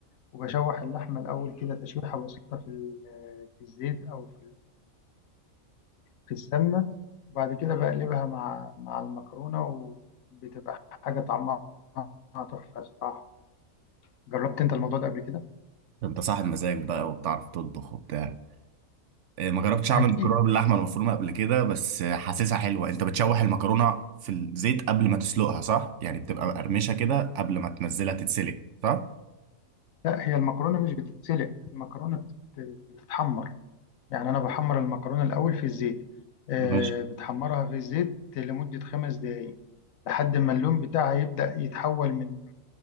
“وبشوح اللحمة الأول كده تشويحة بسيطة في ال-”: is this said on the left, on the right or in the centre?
Left